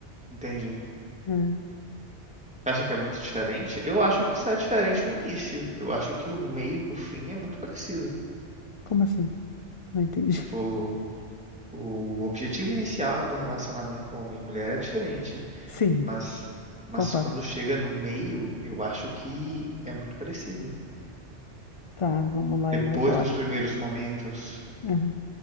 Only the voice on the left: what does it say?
né?
Como assim? Não entendi.
Sim,
concordo.
Tá, vamos lá,
elabora.
Aham,